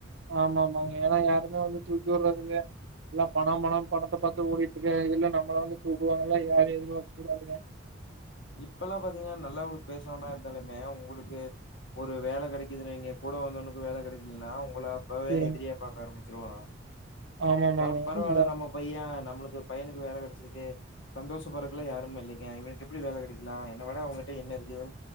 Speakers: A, on the right; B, on the left.
A: ஆமா ஆமா ஏனா யாருமே வந்து தூக்கி விர்றதுல்லயா எல்லா பணோ பணோ பணத்த பாத்து ஓடிட்டுருக்கல்ல நம்மள வந்து தூக்குவாங்களா யாரு எதிர்பாக்க கூடாதுங்க
B: இப்பெல்லா பாத்தீங்கன்னா நல்லா பேசவாணோ இருந்தாலுமே உங்களுக்கு ஒரு வேல கெடைக்குதுன்னு வைங்க கூட வந்தவனுக்கு வேல கெடைக்கலன்னா உங்கள அப்பவே
A: சரிங்க
B: எதிரியா பாக்க ஆரம்பிச்சிருவா
A: ஆமா ஆமாங்க
B: நம்ம பரவால்ல
A: உண்மதா
B: நம்ம பைய நம்மளுக்கு பையனுக்கு வேல கெடச்சிருக்கு சந்தோஷப்பறக்குல யாருமே இல்லைங்க இவனுக்கு எப்டி வேல கெடைக்கலா என்ன வேட அவன்கிட்ட என்ன இருக்கு